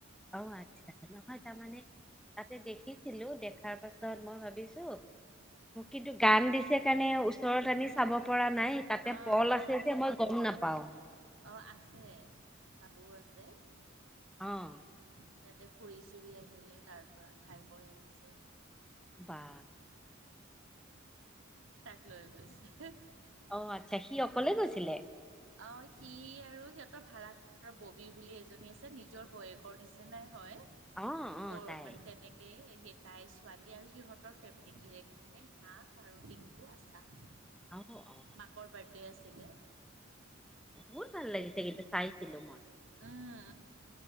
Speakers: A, in the centre; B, on the right.
A: অ' আচ্ছা নহয় তাৰমানে তাতে দেখিছিলো দেখাৰ পাছত মই ভাবিছো, কিন্তু গান দিছে কাৰণে ওচৰত আনি চাব পৰা নাই। তাতে
B: অ',
A: পল আছে যে মই গম নাপাওঁ।
B: অ' আছে বাবুও আছে।
A: অ'।
B: সিহঁতে ফুৰি চুৰি আহিলে, তাৰপৰা খাই বৈ আহিছে।
A: বা
B: তাক লৈ গৈছে।
A: অ' আচ্ছা সি অকলে গৈছিলে?
B: অ' সি আৰু সিহঁতৰ ভাড়া ববি বুলি এজনী আছে, নিজৰ বৌয়েকৰ নিচিনাই হয়
A: অ অ
B: ক
A: তাই
B: মানে তেনেকে সেই তাইৰ ছোৱালী আৰু সিহঁতৰ ফেমিলি গিৰেক ঘৈণীয়েক, মাক আৰু টিংকু আছা।
A: অ অ
B: মাকৰ বাৰ্থদে আছিলে।
A: বহুত ভাল লাগিছে, কিন্তু চাইছিলো মই।
B: উম,